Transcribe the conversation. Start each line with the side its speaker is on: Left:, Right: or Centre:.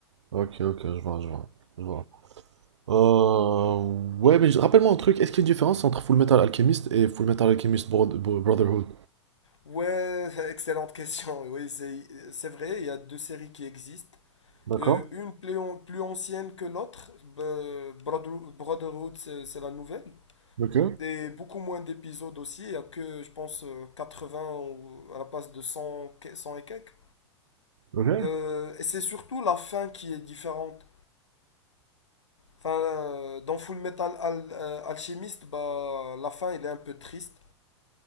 Right: Ok, ok, je vois, je vois, je vois. Euh, ouais, mais je- rappelle-moi un truc. Est-ce qu'il y a une différence entre Full Metal Alchemist et Full Metal Alchemist Bro- Bro- Brotherhood?
Left: Ouais, <laughs> excellente question. Oui, c'est, c'est vrai, il y a deux séries qui existent.
Right: D'accord.
Left: Euh, une plus, an- plus ancienne que l'autre, euh, Brother- Brotherhood, c'est c'est la nouvelle.
Right: Ok.
Left: Et beaucoup moins d'épisodes aussi, il y a que, je pense, euh, vingts ou à la place de cent que- 100 et quelques.
Right: Ok.
Left: Euh, et c'est surtout la fin qui est différente. Enfin, euh, dans Full Metal Al- euh, Alchemist, bah, la fin, elle est un peu triste